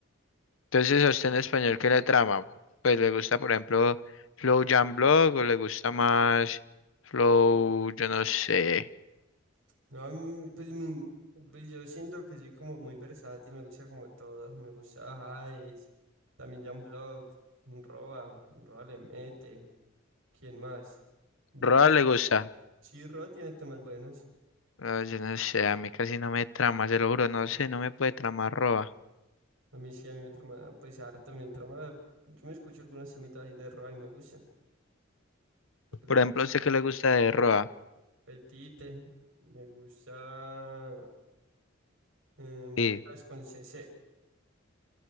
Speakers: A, on the left; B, on the right.
A: Entonces, ¿a usted en español qué le trama? Pues le gusta, por ejemplo, Flow Jam Block o le gusta más Flow, yo no sé.
B: No, a mí, pues, mm, pues yo siento que soy como muy versátil, me gusta como todo, me gusta Hades, también Jan Block, Roa, Roa le mete, ¿quién más? Blaze,
A: Roa le gusta.
B: sí, Roa tiene temas buenos,
A: Ah, yo no sé, a mí casi no me trama, se lo juro, no sé, no me puede tramar Roa.
B: a mí sí, a mí me trama, pues harto, me trama, yo me escucho algunos temitas ahí de Roa y me gustan, lo que le
A: Por
B: digo,
A: ejemplo,
B: que
A: ¿a usted
B: no.
A: qué le gusta de Roa?
B: Petite, me gusta, eh, me
A: Sí.
B: gusta es con C C,